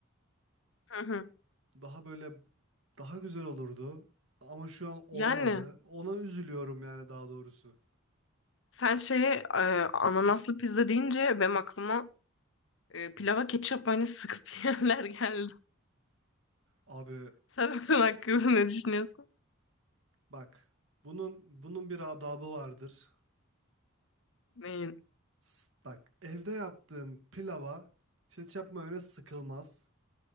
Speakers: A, on the left; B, on the right.
A: Hı hı.
B: daha böyle daha güzel olurdu ama şu an olamadı.
A: Yani
B: Ona üzülüyorum yani daha doğrusu.
A: sen şeye e, ananaslı pizza deyince benim aklıma e, pilava ketçap mayonez sıkıp <laughs> yiyenler geldi.
B: Abi
A: Sen <laughs> onun hakkında ne düşünüyorsun?
B: Bak, bunun bunun bir adabı vardır.
A: Neyin?
B: S- Bak, evde yaptığın pilava ketçap mayonez sıkılmaz.